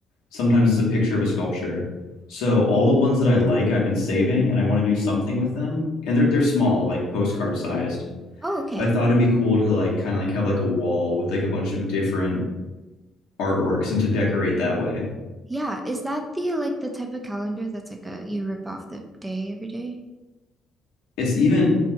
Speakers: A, on the left (about 65°); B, on the right (about 20°).
A: sometimes it's a picture of a sculpture. So all the ones that I like, I've been saving, and I want to do something with them. And they're they're small, like postcard sized.
B: Oh, okay.
A: But I thought it'd be cool to like kind of like have like a wall with like a bunch of different artworks and to decorate that way.
B: Yeah. Is that the like the type of calendar that's like a you rip off the day every day?
A: It's even